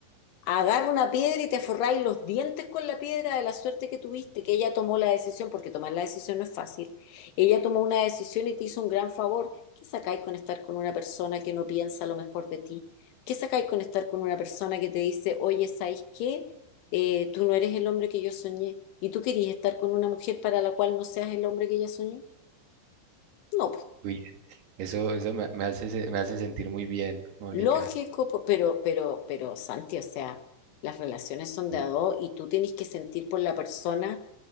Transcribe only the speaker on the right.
Uy, eso, eso me, me hace, se- me hace sentir muy bien, Mónica.
Sí,